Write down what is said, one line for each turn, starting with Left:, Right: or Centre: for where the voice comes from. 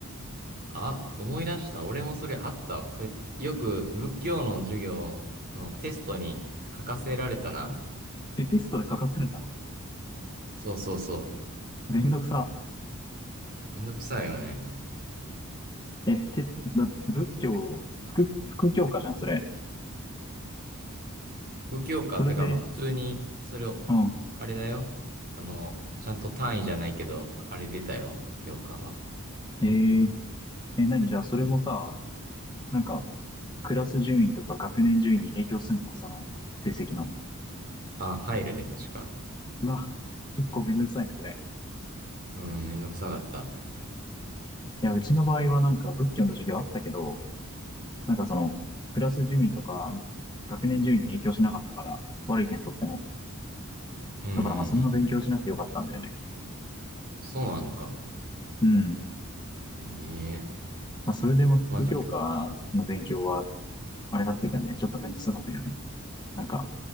Right: あ、思い出した。俺もそれあったわ。それ、よく仏教の授業のテストに書かせられたな。
Left: え、テストで書かされたの
Right: そうそうそ
Left: めんどくさ。
Right: う。めんどくさいよね。
Left: え、て、だ、仏教、副、副教科じゃん、それ。
Right: 不教科ってか、
Left: それで、
Right: まあ普通に、それを、
Left: うん。
Right: あれだよ。あの、ちゃんと単位じゃないけど、あれ出たよ。評価は。
Left: えー、え、何じゃあ、それもさ、なんか、クラス順位とか学年順位に影響すんのその、成績の。
Right: あ、入るね、確か。
Left: うわ、結構めんどくさいね、それ。
Right: うん、めんどくさかった。
Left: いや、うちの場合はなんか仏教の授業あったけど、なんかその、クラス順位とか、学年順位に影響しなかったから、悪い点取っても。
Right: うんうんうん。
Left: だからまあそんな勉強しなくてよかったんだよね。
Right: そうなのか。
Left: うん。
Right: ええ
Left: まあそれでも副教科の勉強は、
Right: まあちょ、
Left: あれだったけどね、ちょっと面倒くさかったけどね。なんか、